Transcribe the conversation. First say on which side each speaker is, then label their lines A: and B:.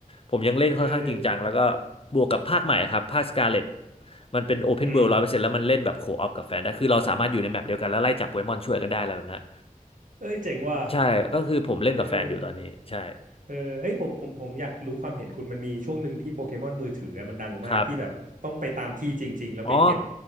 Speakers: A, on the left; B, on the right.
A: ผมยังเล่นค่อนข้างจริงจังแล้วก็
B: เฮ้ย
A: บวกกับภาคใหม่ครับภาคสกาเลตมันเป็นโอเพนเวิลด์ร้อยเปอร์เซ็นต์แล้วมันเล่นแบบโคออปกับแฟนได้คือเราสามารถอยู่ในแมปเดียวกันแล้วไล่จับโปเกมอนช่วยกันได้อะไรแบบนั้น
B: อืมเอ้ยเจ๋งว่ะ
A: ใช่ก็คือผมเล่นกับแฟนอยู่ตอนนี้ใช่
B: เออเออเฮ้ยผมผมผมอยากรู้ความเห็นคุณมันมีช่วงหนึ่งที่โปเกมอนมือถืออะมันดังมากที่แบบต้องไปตามที่จริงๆแล้วไปเก็บ
A: ครับ อ๋อ